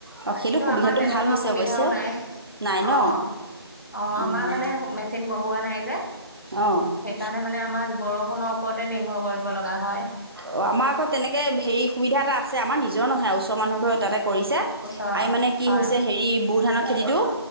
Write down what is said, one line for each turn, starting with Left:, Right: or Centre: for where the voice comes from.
Right: অ সেইটো
Left: কিন্তু
Right: সুবিধাটো
Left: আমাৰ তেনেকুৱা
Right: ভাল হৈছে
Left: সুবিধাও
Right: অৱশ্যে
Left: নাই
Right: নাই ন
Left: অঁ অঁ
Right: উম
Left: আমাৰ মানে মেচিন বহোৱা নাই যে
Right: অ অ
Left: সেইকাৰণে মানে আমাৰ বৰষুণৰ ওপৰতে নিৰ্ভৰ কৰিব লগা হয়।
Right: অ আমাৰ আকৌ তেনেকে হেৰি সুবিধা এটা আছে আমাৰ নিজ নিজৰ নহয় ওচৰ মানুহ এঘৰ তাতে কৰিছে
Left: ওচৰৰ
Right: আমি মানে কি
Left: হয়,
Right: হৈছে হেৰি বুৰ ধানৰ খেতিটো